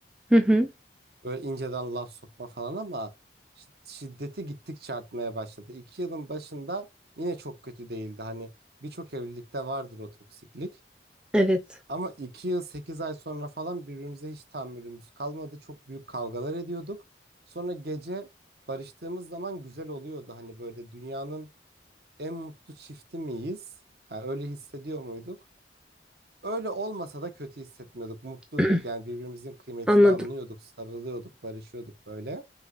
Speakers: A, in the centre; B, on the right (about 55°).
A: Hı hı.
B: Böyle inceden laf sokma falan ama şi- şiddeti gittikçe artmaya başladı. İki yılın başında yine çok kötü değildi. Hani birçok evlilikte vardır o toksiklik.
A: Evet.
B: Ama iki yıl sekiz ay sonra falan birbirimize hiç tahammülümüz kalmadı. Çok büyük kavgalar ediyorduk. Sonra gece barıştığımız zaman güzel oluyordu. Hani böyle dünyanın en mutlu çifti miyiz? Ha, öyle hissediyor muyduk? Öyle olmasa da kötü hissetmiyorduk. Mutluyduk
A: <clears throat>
B: yani birbirimizin kıymetini
A: Anladım,
B: anlıyorduk, sarılıyorduk, barışıyorduk böyle.